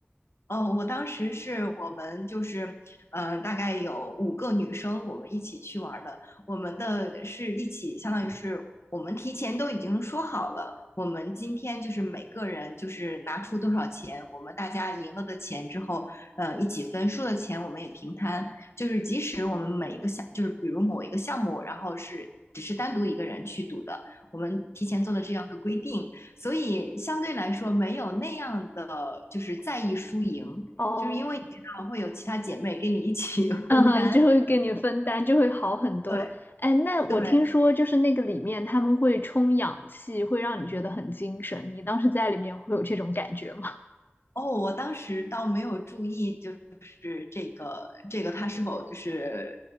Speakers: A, on the left; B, on the left.
A: 哦，我当时是我们就是，呃，大概有五个女生，我们一起去玩儿的。我们的是一起，相当于是我们提前都已经说好了，我们今天就是每个人就是拿出多少钱，我们大家赢了的钱之后，呃，一起分，输的钱我们也平摊。就是即使我们每一个项，就是比如某一个项目，然后是只是单独一个人去赌的，我们提前做了这样的规定，所以相对来说没有那样的就是在意输赢，
B: <laughs> 哦，
A: 就是因为你知道会有其他姐妹跟你一起 <laughs>
B: 嗯哼，
A: 分担。
B: 就会给你分担，就会好很多。
A: 对
B: 哎，那我听说就是那个里面他们会充氧气，
A: 对，
B: 会让你觉得很精神。你当时在里面会有这种感觉吗？
A: 哦，我当时倒没有注意，就是这个这个它是否就是